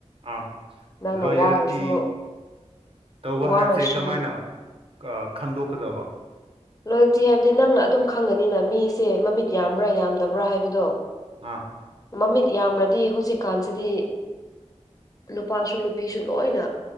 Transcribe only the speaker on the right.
ꯑꯥ
ꯂꯣꯌꯔꯇꯤ
ꯇꯧꯕ
ꯍꯥꯏꯕꯁꯦ ꯀꯃꯥꯏꯅ ꯈꯪꯗꯣꯛꯀꯗꯕ
ꯑ